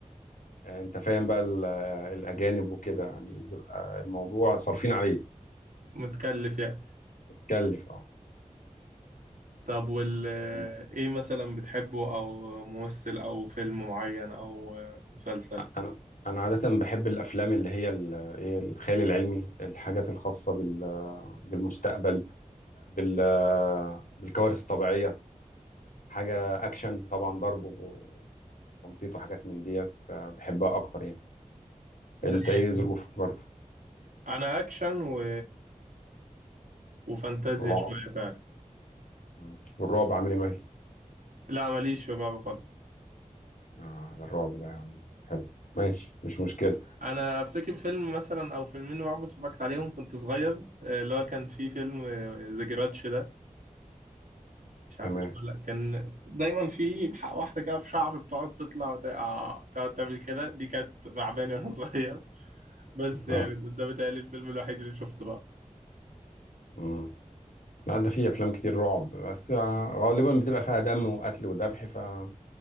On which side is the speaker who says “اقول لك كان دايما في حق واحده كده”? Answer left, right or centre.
Right